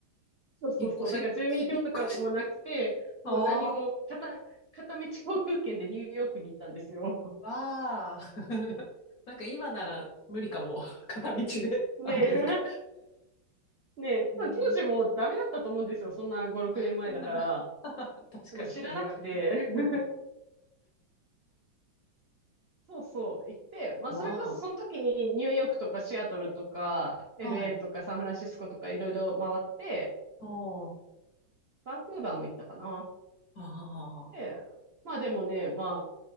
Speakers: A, on the right (about 55°); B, on the left (about 60°).
A: そうそうそう。
B: 引っ越し引っ越し
A: だから住民票とかもなくて、もう何も片、
B: ああ
A: 片道航空券でニューヨークに行ったんですよ。
B: ー、わあ。<laughs> なんか今なら無理かも。<laughs> 片道で、
A: ねえ、
B: アメリカ。
A: <laughs> ねえ、
B: <laughs> えー、
A: 多分当時もダメだったと思うんですよ。そんな5、6年前だから。
B: <laughs> 確かに言われる。
A: でも知らなくて、<laughs>
B: <laughs>
A: そうそう、行って、まあそれこそその時にニューヨークとかシアトルとか
B: わ
A: LA
B: あ、はい。
A: とかサンフランシスコとかいろいろ回って、
B: あ
A: バンクーバーも行ったかな。
B: あ、ああ、
A: で、まあでもね、まあ、